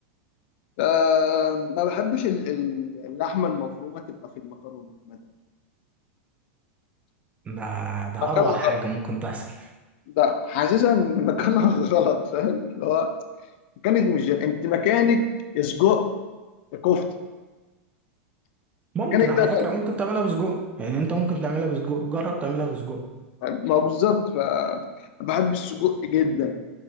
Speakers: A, on the left; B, on the right.
A: آه ما بحبش ال- ال- اللحمة المفرومة تبقى في المكرونة مثلا
B: ده ده
A: مكانها
B: اروع حاجه
A: غلط
B: ممكن تحصل
A: لا حاسسها إن مكانها <laughs> غلط فاهم اللي هو مكانك مش جاي. أنت مكانك يا سجق يا كفتة
B: ممكن
A: مكانك
B: على
A: ده غلط.
B: فكره ممكن تعملها بسجق يعني انت ممكن تعملها بسجق جرب تعملها بسجق
A: ما هو بالظبط ف بحب السجق جدا